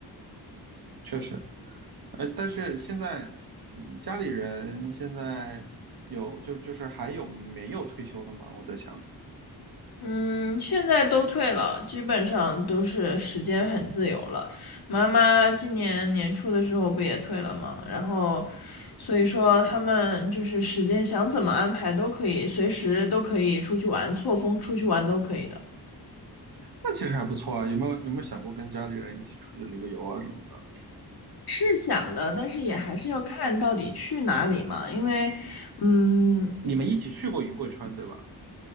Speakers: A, on the right; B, on the left.
A: 确实，呃，但是现在，嗯家里人现在有就就是还有没有退休的吗？我在想，
B: 嗯，现在都退了，基本上都是时间很自由了。妈妈今年年初的时候不也退了吗？然后，所以说他们就是时间想怎么安排都可以，随时都可以出去玩，错峰出去玩都可以的。
A: 那其实还不错啊。有没有有没有想过跟家里人一起出去旅个游啊什么的？
B: 是想的，但是也还是要看到底去哪里嘛，因为，嗯，
A: 你们一起去过云贵川对吧？